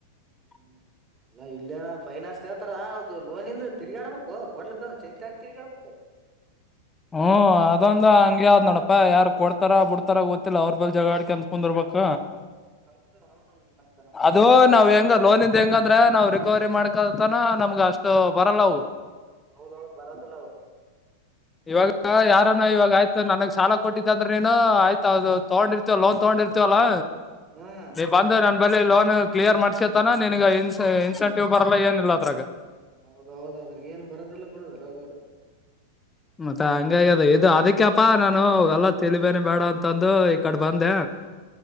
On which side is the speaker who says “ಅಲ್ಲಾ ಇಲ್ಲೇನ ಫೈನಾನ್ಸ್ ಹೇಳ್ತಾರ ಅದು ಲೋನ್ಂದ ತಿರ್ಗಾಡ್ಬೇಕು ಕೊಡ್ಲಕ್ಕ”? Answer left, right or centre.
Right